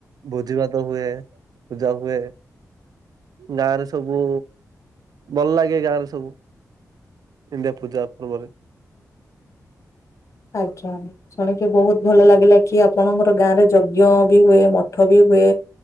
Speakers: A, on the right; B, on the left.
A: ଭୋଜି ଭାତ ହୁଏ, ପୂଜା ହୁଏ। ଗାଁରେ ସବୁ ଭଲ ଲାଗେ ଗାଁରେ ସବୁ। ଏମ୍ ତିଆ ପୂଜା ପର୍ବରେ।
B: <inaudible> ଆଜ୍ଞା। ଶୁଣିକି ବହୁତ ଭଲ ଲାଗିଲା କି ଆପଣଙ୍କର ଗାଁରେ ଯଜ୍ଞ ବି ହୁଏ, ମଠ ବି ହୁଏ।